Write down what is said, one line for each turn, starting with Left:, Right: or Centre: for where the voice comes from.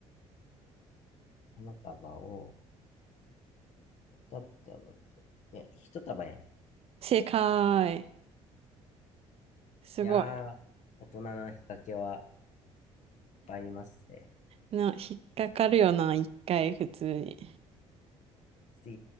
Left: 花束を、二束と。いや、一束やん。い
Right: 正解。すごい。
Left: やー、大人の引っ掛けはいっぱいありますね。
Right: な、引っかかるよな、一回普通に。
Left: 次、